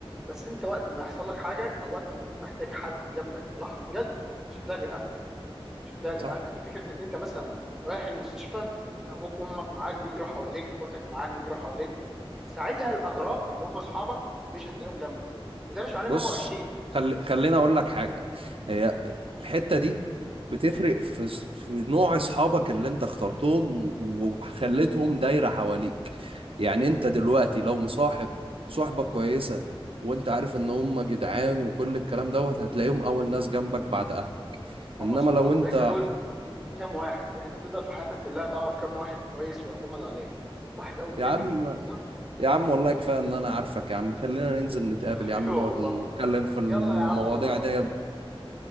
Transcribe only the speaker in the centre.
بس انت وقت ما يحصل لك حاجه او وقت ما تكون محتاج حد جنبك في لحظه جد مش هتلاقي غير اهلك مش هتلاقي غير
اهلك فكره ان انت مثلا رايح المستشفى ابوك وامك معاك بيجروا حواليك اخواتك معاك بيجروا حواليك ساعتها الاغراب اللي هم اصحابك مش هتلاقيهم جنبك وده مش معناه
ان هم وحشين
ما
هم الصحبه
الكويسه
دول ي- كام واحد يعني انت تقدر في حياتك كلها تعرف كام واحد كويس ويعتمد عليه واحد او اتنين
بالكتير صح
حبيبي
والله
يلا يا عم والله